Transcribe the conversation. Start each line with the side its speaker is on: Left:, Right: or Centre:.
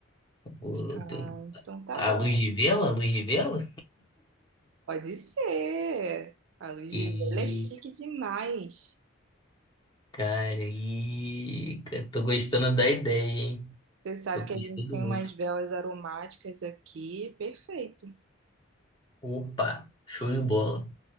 Left: o-
Right: Ah,
Left: tem
Right: então tá
Left: a
Right: bom.
Left: luz de vela, a luz de vela.
Right: Pode ser. A luz
Left: E,
Right: de vela é chique demais.
Left: cara, e cara, tô gostando da ideia, hein?
Right: Você sabe
Left: Tô gostando
Right: que a gente tem
Left: muito.
Right: umas velas aromáticas aqui, perfeito.
Left: Opa, show de bola.